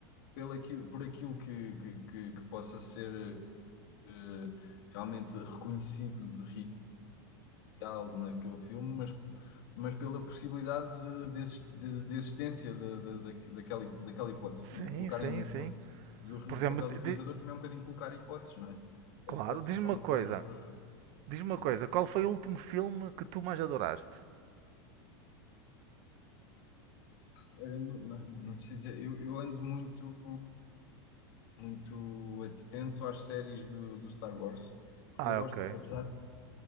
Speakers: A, on the left; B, on the right.
A: pelo aquilo, por aquilo que, que, que, que possa ser eh, realmente reconhecido de real naquele filme, mas, mas pela possibilidade de, de exis- de- de existência de- de- da- daquela, hip- daquela hipótese,
B: Sim,
A: né? Colocarem
B: sim,
A: uma hipótese.
B: sim.
A: E o, re-
B: Por
A: o
B: exemplo,
A: papel
B: di-
A: do realizador
B: di-
A: também é um bocadinho colocar hipóteses, não é?
B: claro,
A: A hipótese
B: diz-me
A: dá
B: uma
A: uma
B: coisa.
A: forma para.
B: Diz-me
A: Sim.
B: uma coisa, qual foi o último filme que tu mais adoraste?
A: Olha, não, não, não te sei dizer, eu, eu ando muito, muito atento às séries do, do Star Wars, porque
B: Ah,
A: eu gosto,
B: ok.
A: apesar